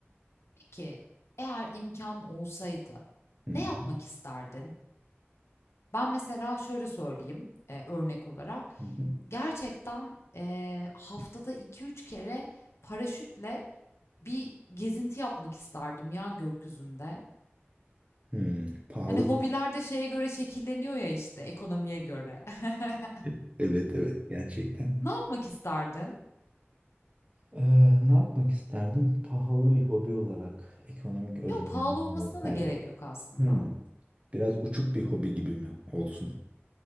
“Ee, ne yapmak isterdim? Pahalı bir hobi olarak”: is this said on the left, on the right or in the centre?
Right